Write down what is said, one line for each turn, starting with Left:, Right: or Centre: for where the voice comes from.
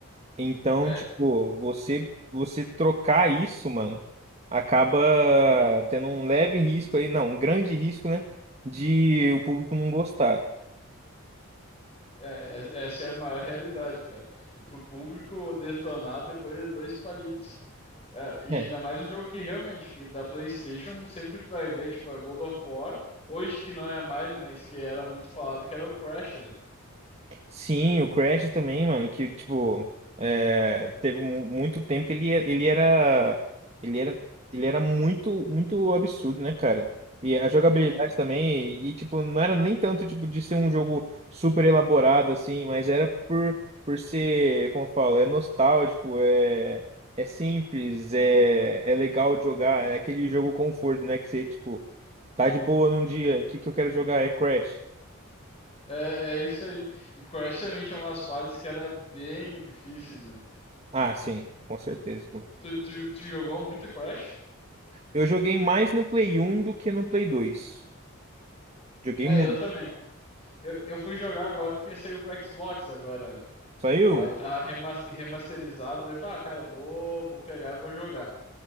Right: Então,
Left: é
Right: tipo, você, você trocar isso, mano, acaba tendo um leve risco aí, não, um grande risco, né? De o público não gostar.
Left: É, es- essa é a maior realidade, cara. E pro público detonar depois de dois palitos. É, e
Right: É.
Left: ainda mais um jogo que realmente, que da PlayStation, sempre tu vai ver, tipo, a God of War, hoje que não é mais, mas que era muito falado, que era o Crash, né?
Right: Sim, o Crash também, mano, que tipo, é, teve mu- muito tempo que ele, é- ele era ele era ele era muito muito absurdo, né, cara? E a jogabilidade
Left: Uhum.
Right: também, e tipo, não era nem tanto tipo de ser um jogo super elaborado assim, mas era por por ser, como eu falo, é nostálgico, é é simples, é é legal de jogar, é aquele jogo conforto, né, que você tipo tá de boa num dia, o que que eu quero jogar? É Crash.
Left: É, é isso aí. E Crash também tinha umas fases que era bem difíceis, né?
Right: Ah, sim, com certeza, pô.
Left: Tu, tu, tu jogou muito Crash?
Right: Eu joguei mais no Play 1 do que no Play 2. Joguei
Left: É,
Right: muito.
Left: eu também. Eu, eu fui jogar agora porque saiu pro Xbox agora, né?
Right: Saiu?
Left: Aí tá remas- remasterizado. Eu falo, ah, cara, eu vou, vou pegar e vou jogar.